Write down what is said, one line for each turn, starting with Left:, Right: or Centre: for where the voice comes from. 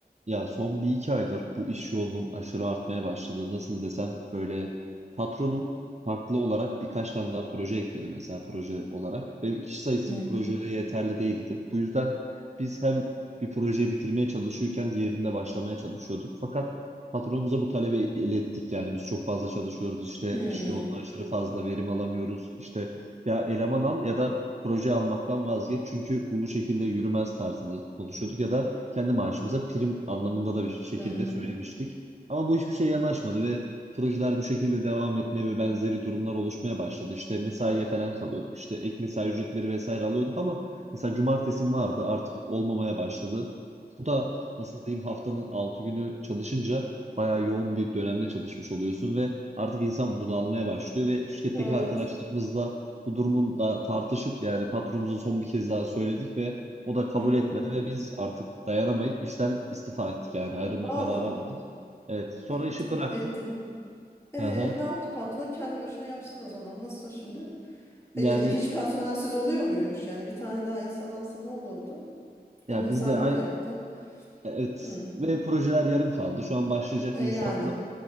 Right: Ya son bir iki aydır bu iş yoğunluğum aşırı artmaya başladı. Nasıl desem böyle patronum farklı olarak birkaç tane daha proje ekledi mesela proje olarak. Ve kişi sayısı
Left: Hı.
Right: bu projelere yeterli değildi. Bu yüzden biz hem bir projeyi bitirmeye çalışıyorken diğerinde başlamaya çalışıyorduk. Fakat patronumuza bu talebi ilettik yani biz çok fazla çalışıyoruz işte
Left: Hı.
Right: iş yoğunluğu aşırı fazla verim alamıyoruz. İşte ya eleman al ya da proje almaktan vazgeç çünkü bu bu şekilde yürümez tarzında konuşuyorduk ya da kendi maaşımıza prim anlamında da bir şekilde
Left: Hı.
Right: söylemiştik. Ama bu hiçbir şeye yanaşmadı ve projeler bu şekilde devam etmeye ve benzeri durumlar oluşmaya başladı. İşte mesaiye falan kalıyorduk. İşte ek mesai ücretleri vesaire alıyorduk ama mesela cumartesim vardı artık olmamaya başladı. Bu da nasıl diyeyim haftanın 6 günü çalışınca bayağı yoğun bir dönemde çalışmış oluyorsun ve artık insan bunalmaya başlıyor ve şirketteki
Left: Evet.
Right: arkadaşlarımızla bu durumun da tartışıp yani patronumuza son bir kez daha söyledik ve o da kabul
Left: Hı hı.
Right: etmedi ve biz artık dayanamayıp işten istifa ettik yani ayrılma
Left: Valla.
Right: kararı aldık. Evet, sonra
Left: Etti,
Right: işi bıraktık.
Left: ettiniz. E,
Right: Aha.
Left: ne yaptı patron? Kendi başına yapsın o zaman. Nasıl şimdi? Öyle
Right: Yani
Left: hiç personelsiz oluyor muymuş yani? Bir tane daha insan alsa ne olurdu?
Right: ya
Left: Onun hesabını
Right: biz de ay
Left: yaptı.
Right: evet
Left: Hı.
Right: ve projeler yarım kaldı. Şu an başlayacak
Left: E,
Right: insanlar
Left: yani.